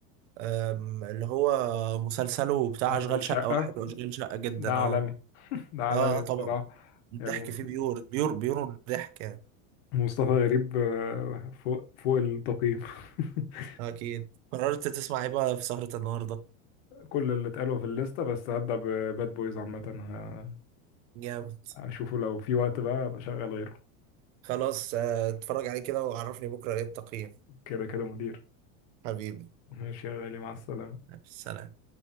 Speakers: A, on the right; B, on the left.
A: آم، اللي هو مسلسله
B: <laughs>
A: بتاع
B: اشغال
A: اشغال شقة
B: شقه
A: واحد واشغال شقة جدا
B: ده عالمي
A: اه
B: ده عالمي
A: اه آه، طبعا
B: بصراحه
A: الضحك
B: يعني
A: فيه بيور بيور بيور الضحك يعني
B: مصطفى غريب آه، فوق فوق التقييم <laughs>
A: اكيد قررت تسمع ايه بقى في سهرة النهاردة
B: كل اللي اتقالوا في الليسته بس هبدأ بباد بويز عامة ه-
A: جامد
B: هشوفه لو في وقت بقى بشغل غيره
A: خلاص آه، اتفرج عليه كده وعرفني بكرة ايه التقييم
B: كده كده مدير
A: حبيبي
B: ماشي يا غالي مع السلامة
A: سلام